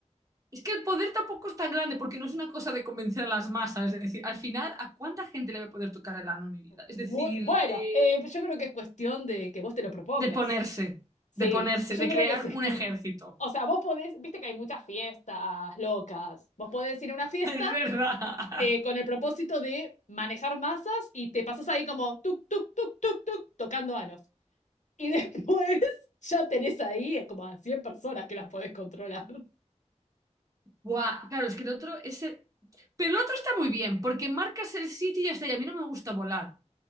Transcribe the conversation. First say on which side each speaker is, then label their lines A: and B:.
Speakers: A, on the right (about 30°); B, on the left (about 80°).
A: Es que el poder tampoco es tan grande porque no es una cosa de convencer a las masas. Es decir, al final, ¿a cuánta gente le va a poder tocar el ano en mi vida? Es
B: Bu-
A: decir,
B: bueno,
A: eh,
B: eh, yo creo que es cuestión de que vos te lo propongas.
A: de ponerse,
B: Sí,
A: de ponerse,
B: yo
A: de
B: creo
A: crear
B: que sí.
A: un
B: <laughs>
A: ejército.
B: O sea, vos podés, viste que hay muchas fiestas locas. Vos podés ir a una fiesta
A: <laughs> Es verdad.
B: eh, con el propósito de manejar masas y te pasas ahí como tuk, tuk, tuk, tuk, tuk, tocando anos. Y <laughs> después ya tenés ahí como a 100 personas que las podés controlar. <laughs>
A: Buah, claro, es que el otro es el- Pero el otro está muy bien porque marcas el sitio y ya está. Y a mí no me gusta volar.